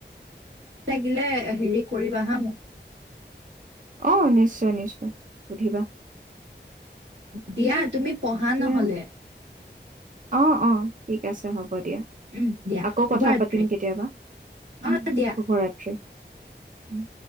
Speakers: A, on the right (about 80°); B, on the right (about 45°).
A: দিলে হেৰি কৰিবা হা মোক
B: অ নিশ্চয় নিশ্চয় সুধিবা
A: দিয়া তুমি পঢ়া
B: দিয়া
A: নহলে
B: অ অ ঠিক আছে হ'ব দিয়া
A: উম দিয়া
B: আকৌ
A: শুভৰাত্ৰি
B: কথা পাতিম কেতিয়াবা উম
A: অ দিয়া
B: শুভৰাত্ৰি উম